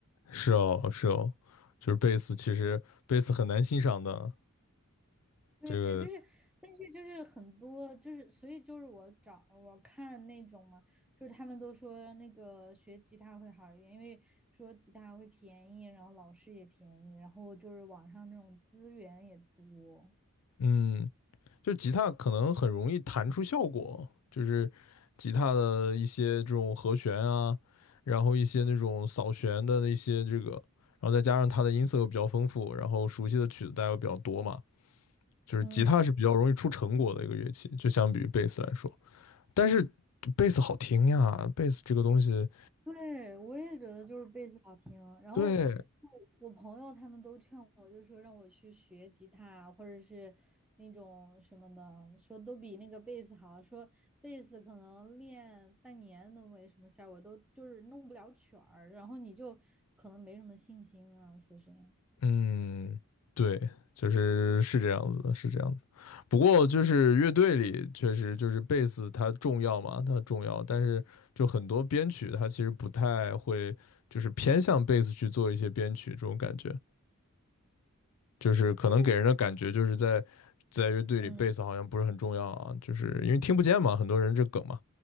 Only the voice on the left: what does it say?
是哦，是哦，就是贝斯，其实贝斯很难欣赏的。
这个，
嗯，就吉他可能很容易弹出效果，就是吉他的一些这种和弦啊，然后一些那种扫弦的那些这个，然后再加上它的音色又比较丰富，然后熟悉的曲子大家又比较多嘛，就是吉他是比较容易出成果的一个乐器，
就相比于贝斯来说。但是贝斯好听呀，贝斯这个东西，
对，
嗯，对，就是是这样子的，是这样子。不过就是乐队里确实就是贝斯它重要嘛，它重要，但是就很多编曲它其实不太会，就是偏向贝斯去做一些编曲这种感觉，就是可能给人的感觉就是在在乐队里贝斯好像不是很重要啊，
就是因为听不见嘛，很多人这梗嘛，